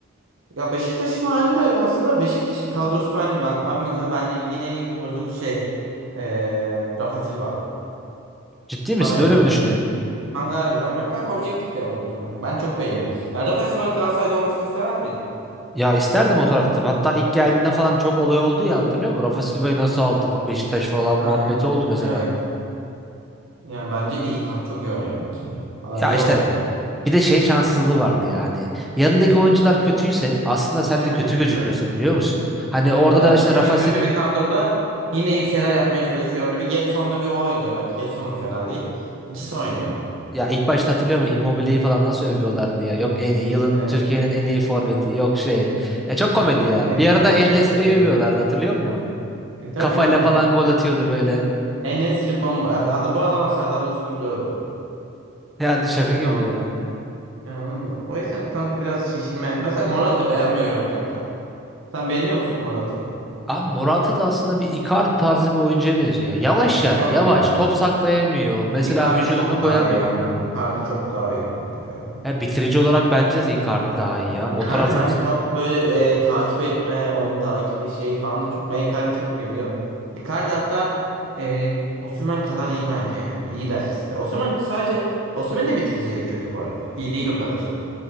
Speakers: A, on the right; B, in the centre.
A: Ya Beşiktaş'ın hali de aslında Beşiktaş'ın kadrosu bence ben abi mesela bence ligin en iyi futbolcusu şey eee Rafa Silva
B: Ciddi misin?
A: bana göre.
B: Öyle mi düşünüyorsun?
A: Kanka harbiden bak kanka objektif bir adamdır kanka. Ben çok beğeniyorum. Ya Rafa Silva Galatasaray'da olmasını istemez miydin?
B: Ya isterdim o tarafta. Hatta ilk geldiğinde falan çok olay oldu ya hatırlıyor musun? Rafa Silva'yı nasıl aldı Beşiktaş falan
A: Aynen.
B: muhabbeti oldu mesela.
A: Evet. Yani bence iyi kanka çok iyi oynuyor bence. Yani adam
B: Ya
A: iyi
B: işte
A: oynuyor.
B: bir de şey şanssızlığı vardı ya hani. Yanındaki oyuncular kötüyse aslında sen
A: Evet
B: de kötü
A: kötü.
B: gözüküyorsun biliyor musun? Hani
A: Evet.
B: orada
A: Yani
B: da
A: Rafa
B: işte
A: Silva
B: Rafa
A: kötü
B: Sil
A: bir kadroda yine iyi bir şeyler yapmaya çalışıyor. Orada bir Getson'la bir o oynuyor bence. Getson da fena değil. İkisi oynuyor.
B: ya ilk başta hatırlıyor musun? Immobile'yi falan nasıl övüyorlar diye. Yok en iyi yılın
A: Evet.
B: Türkiye'nin en iyi forveti. Yok şey. Ya çok komedi
A: Oynayamam.
B: ya. Bir arada El Nesri'yi
A: Oynayamam.
B: övüyorlardı hatırlıyor musun?
A: E tabii
B: Kafayla
A: canım.
B: falan gol atıyordu böyle.
A: En-Nesyri bomba. yani Adam, bu adama Serdar Dursun'u bile övdü.
B: Yani şaka gibi
A: Tamam.
B: ya.
A: Yani anladın mı? O yüzden kanka biraz şişirme. Mesela Morata beğenmiyorum kanka. Sen beğeniyor musun Morata'yı?
B: Abi Morata da aslında bir Icardi tarzı bir oyuncuya benziyor. Yavaş yani
A: Yok
B: yavaş
A: ya.
B: top saklayamıyor. Mesela
A: Icardi
B: vücudunu
A: çok
B: koyamıyor.
A: daha iyi ondan. Icardi çok daha iyi kanka ya.
B: Ya bitirici olarak bence de Icardi daha iyi ya. O
A: Icardi
B: tarafta
A: bence
B: da...
A: top böyle e, takip etme, oyun takibi şey falan da çok. Ben Icardi'yi çok beğeniyorum. Icardi hatta e, Osimhen kadar iyi bence yani. İyiler ikisi de. Osimhen sadece Osimhen de bitirici değil kötü bu arada. İyi değil o kadar.